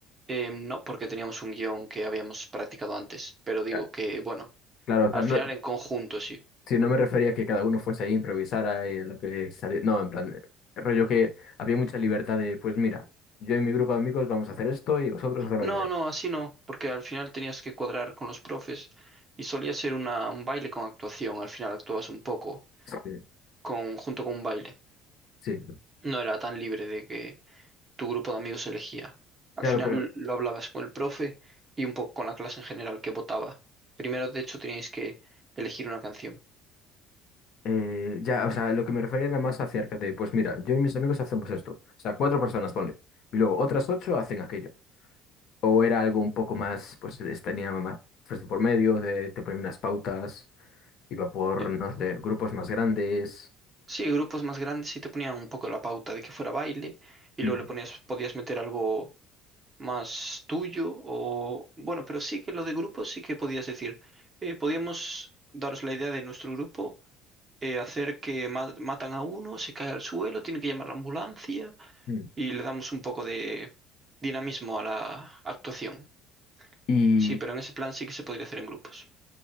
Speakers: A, on the right (about 20°); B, on the left (about 45°).
A: Eh, no, porque teníamos un guión que habíamos practicado antes, pero digo
B: Ya.
A: que, bueno,
B: Claro, o sea,
A: al
B: no,
A: final en conjunto sí.
B: Si no me refería a que cada uno fuese ahí, improvisara y lo que saliera. No, en plan, rollo que había mucha libertad de, pues mira, yo y mi grupo de amigos vamos a hacer esto y vosotros haced lo
A: No,
B: que queráis.
A: no, así no, porque al final tenías que cuadrar con los profes y solía ser una, un baile con actuación, al final actuabas un poco
B: Sí,
A: con, junto con un baile.
B: sí.
A: No era tan libre de que tu grupo de amigos elegía. Al
B: Claro,
A: final
B: pero
A: lo hablabas con el profe y un poco con la clase en general que votaba. Primero, de hecho, teníais que elegir una canción.
B: eh, ya, o sea, lo que me refería era más acerca de, pues mira, yo y mis amigos hacemos esto. O sea, cuatro personas, ponle. Y luego otras ocho hacen aquello. O era algo un poco más, pues es- tenía más pues, de por medio, de, te ponía unas pautas, iba por,
A: Eh,
B: no sé, grupos más grandes.
A: Sí, grupos más grandes sí te ponían un poco la pauta de que fuera baile y
B: Mm,
A: luego le ponías, podías meter algo más tuyo o bueno, pero sí que lo de grupos sí que podías decir, eh, podíamos daros la idea de nuestro grupo, eh, hacer que ma- matan a uno, se cae al suelo, tiene que llamar la ambulancia
B: mm.
A: y le damos un poco de dinamismo a la actuación.
B: Y,
A: Sí, pero en ese plan sí que se podría hacer en grupos.